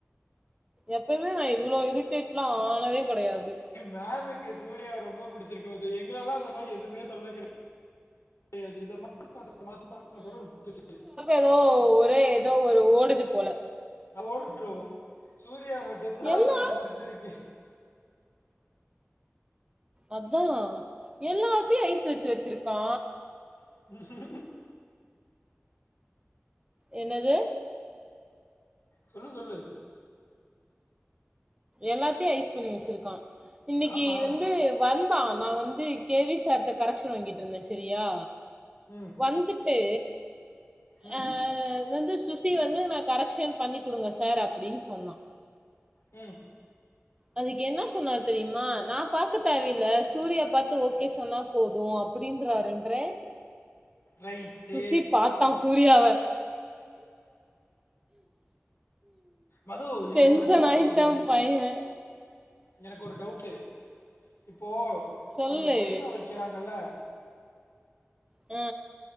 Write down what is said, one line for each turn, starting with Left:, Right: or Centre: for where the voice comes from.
Right: எப்பவுமே நா இவ்ளோ இரிட்டேட் லா ஆனதே கெடையாது
Left: க்கு மேமுக்கு சூர்யா ரொம்ப பிடிச்சிருக்கும் அது எங்களெல்லா அந்தமாரி எதுவுமே சொல்ல கெடையாது து இத மாத்துப்பா அத மாத்துப்பா அதோட விட்ருச்சு
Right: எதோ ஒரே எதோ ஒரு ஓடுது போல
Left: ஓடற்றவு சூர்யா மட்டுந்தா
Right: எல்லா
Left: அந்த அம்மாக்கு புடிச்சிருக்கு
Right: அதா எல்லாத்தையு ஐஸ் வச்சு வச்சுருக்கா
Left: <inaudible>
Right: என்னது
Left: சொல்லு சொல்லு
Right: எல்லாத்தையு ஐஸ் பண்ணி வச்சிருக்கான் இன்னிக்கு
Left: ஆமா
Right: வந்து வந்தா நா வந்து கே வி சார்ட்ட கரெக்ஷ்ன் வாங்கிட்ருந்தே சரியா
Left: ம்
Right: வந்துட்டு
Left: ம்
Right: அ வந்து சுசி வந்து நா கரெக்ஷ்ன் பண்ணி குடுங்க சார் அப்டின் சொன்னா
Left: ம்
Right: அதுக்கு என்ன சொன்னார் தெரியுமா நா பாக்க தேவையில்ல சூர்யா பாத்து ஓகே சொன்னா போது அப் அப்டின்றாருன்றே
Left: ரைட்டு
Right: சுசி பாத்தா சூர்யாவ
Left: மது எனக்கு
Right: டென்ஷன்
Left: ஒரு டவுட்டு
Right: ஆயிட்டான்
Left: மது
Right: பையன்
Left: எனக்கு ஒரு டவுட்டு இப்போ
Right: சொல்லு
Left: நம்மளுக்கு வைவா வைக்கிறாங்கல்ல
Right: ஆ